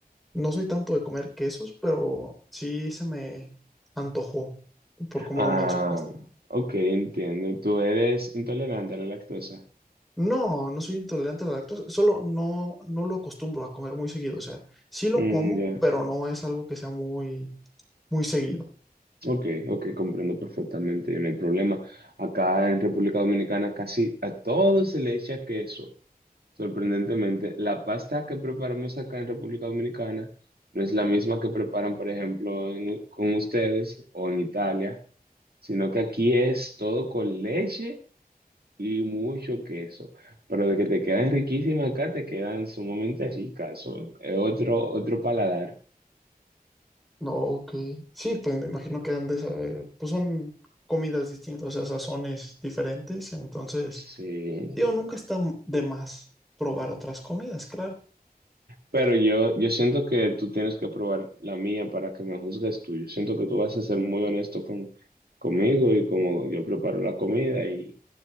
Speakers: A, in the centre; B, on the right (about 80°).
A: no soy tanto de comer quesos, pero sí se me antojó por como
B: Ah,
A: lo mencionaste.
B: ok, entiendo. Tú eres intolerante a la lactosa.
A: No, no soy intolerante a la lactosa, solo no, no lo acostumbro a comer muy seguido. O sea, sí lo
B: Mm,
A: como,
B: ya.
A: pero no es algo que sea muy, muy seguido.
B: Ok, ok, comprendo perfectamente, no hay problema. Acá en República Dominicana casi a todo se le echa queso. Sorprendentemente, la pasta que preparamos acá en República Dominicana no es la misma que preparan, por ejemplo, en- con ustedes o en Italia, sino que aquí es todo con leche y mucho queso, pero de que te quedan riquísimas acá, te quedan sumamente ricas, son- es otro, otro paladar.
A: No, ok. Sí, pues me imagino que han de saber, pues son comidas distintas, o sea, sazones diferentes, entonces,
B: Sí,
A: digo, nunca está de más probar otras comidas, claro.
B: pero yo, yo siento que tú tienes que probar la mía para que me juzgues tú. Yo siento que tú vas a ser muy honesto con, conmigo y como yo preparo la comida y,